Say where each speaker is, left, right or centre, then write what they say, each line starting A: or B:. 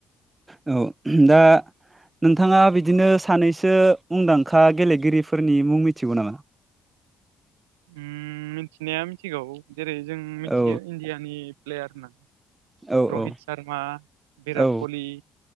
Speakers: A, on the right; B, on the right.
A: औ दा नोंथाङा बिदिनो सानैसो मुंदांखा गेलेगिरिफो फोरनि मुं मिथिगौ नामा?
B: उम मिनथिनाया मिनथिगौ जेरै जों मिथियो
A: औ
B: इण्डियानि प्लेयार होनना
A: औ
B: रहित
A: औ
B: सार्मा, बिराट
A: औ
B: कलि,